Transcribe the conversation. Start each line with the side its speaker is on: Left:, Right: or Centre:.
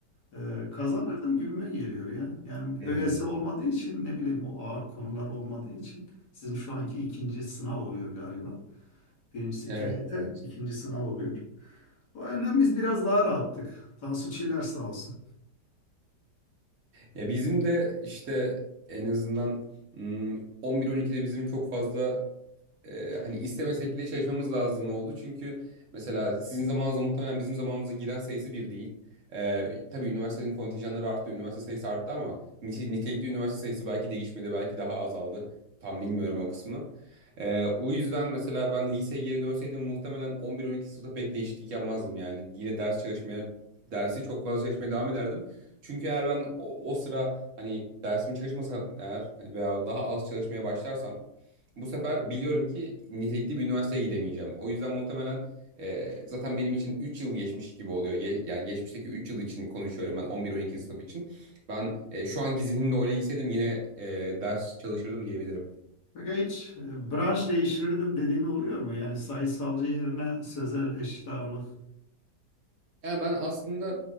Left: Ee, kazanırdım gibime geliyor ya. Yani
Right: hmm.
Left: ÖSS olmadığı için ne bileyim o ağır konular olmadığı için sizin şu anki ikinci sınav oluyor galiba. Birincisi
Right: Evet,
Left: TYT,
Right: evet.
Left: ikinci sınav oluyor. O yönden biz biraz daha rahattık. Tansu Çiller sağ olsun.
Right: Ya bizim de işte en azından mm, 11-12'de bizim çok fazla e, hani istemesek bile çalışmamız lazım oldu. Çünkü mesela sizin zamanınızda muhtemelen bizim zamanımıza giren sayısı bir değil. E, tabii üniversitenin kontenjanları arttı, üniversite sayısı arttı ama nite- nitelikli üniversite sayısı belki değişmedi, belki daha azaldı. Tam bilmiyorum o kısmı. E, o yüzden mesela ben liseye geri dönseydim muhtemelen 11-12 sınıfta pek değişiklik yapmazdım yani. Yine ders çalışmaya, dersi çok fazla çalışmaya devam ederdim. Çünkü eğer ben o, o sıra hani dersimi çalışmasam eğer hani veya daha az çalışmaya başlarsam bu sefer biliyorum ki nitelikli bir üniversiteye gidemeyeceğim. O yüzden muhtemelen e, zaten benim için 3 yıl geçmiş gibi oluyor. Ge- yani geçmişteki 3 yıl için konuşuyorum ben 11-12 sınıf için. Ben e, şu anki zihnimle oraya gitseydim yine e, ders çalışırdım diyebilirim.
Left: Peki hiç e, branş değiştirdim dediğin oluyor mu? Yani sayısalcı yerine sözel eşit ağırlık.
Right: Yani ben aslında